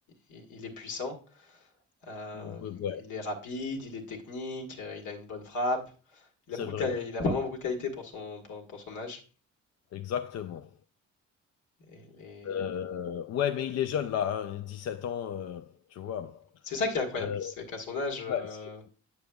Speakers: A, on the left; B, on the left.
A: il, il- est puissant. euh,
B: on peut ouais,
A: il est rapide, il est technique, euh, il a une bonne frappe. Il
B: c'est
A: a beaucoup
B: vrai,
A: de quali- il a vraiment beaucoup de qualité pour son, pour, pour son âge.
B: exactement.
A: Et les-
B: Heu, ouais, mais il est jeune là, hein, sept ans, heu, tu vois?
A: C'est ça qui est incroyable,
B: Heu,
A: c'est qu'à son âge, euh,
B: ouais, c'est